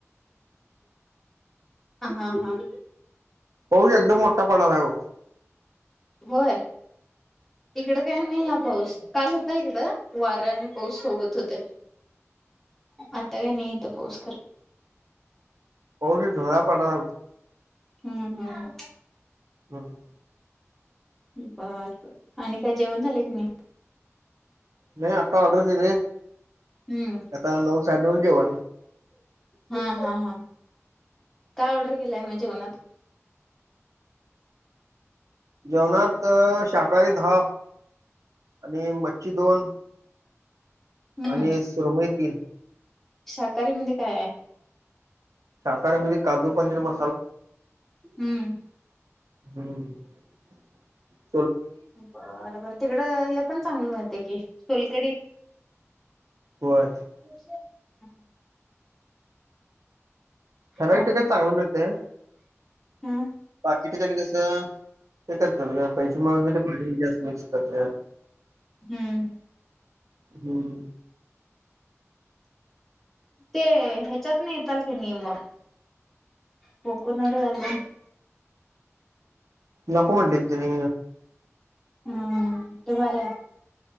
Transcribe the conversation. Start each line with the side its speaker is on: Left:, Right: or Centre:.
Centre: हा हा हा
Right: हो एकदम मोठा पणाला ग
Centre: होय इकड काय नाही हा पाऊस काल होता इकडं वऱ्या आणि पाऊस सोबत होते आता काय नाही तो तोस्करर
Right: हो धोळा पाडा
Centre: हम्म हम्म हम
Right: हम्
Centre: बर बर आणि काय जेवण झाले की नाही
Right: नाही आता ऑर्डर दि रे
Centre: हम्म
Right: आता नऊ सा नऊ जेव
Centre: हा हा हा काय ऑर्डर केलाय म्हणजे जगन्नाथ
Right: जेवणात शाकाहारी दहा आणि मच्छी दोन
Centre: हम्म
Right: आणि सुरमई तीन
Centre: शाकाहारी म काय आहे
Right: आ काजू पनीर म
Centre: हम्म
Right: हो
Centre: बरबर तिकड हे पण चांगली मिळते कि फलकडी
Right: होय
Centre: म्हछा हम्
Right: ठराव
Centre: हा
Right: ठिकाणी चांगलं मिळते
Centre: हम्म
Right: क ठाणी कसं हे करतात पैच पाणी जास्त मिक्स करत
Centre: हम्म
Right: हम्म
Centre: ते ह्याच्यात नाही येताल काी नियमग कोकनड एकदम.
Right: नको म्हंटले तने
Centre: हम्म बरं.